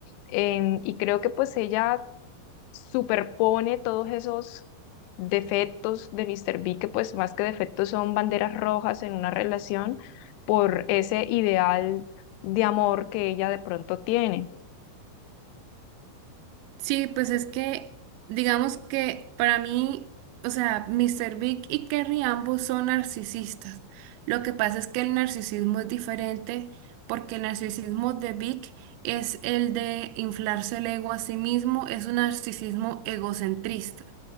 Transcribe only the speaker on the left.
em, y creo que pues ella superpone todos esos defectos de Mr. B, que pues más que defectos son banderas rojas en una relación por ese ideal de amor que ella de pronto tiene.